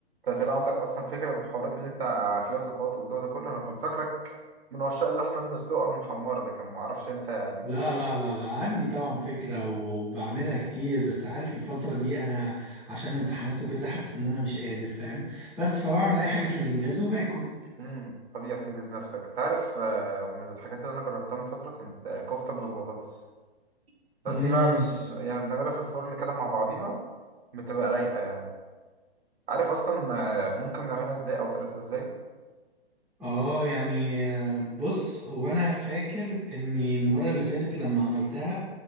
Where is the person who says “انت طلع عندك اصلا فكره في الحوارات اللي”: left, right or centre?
Right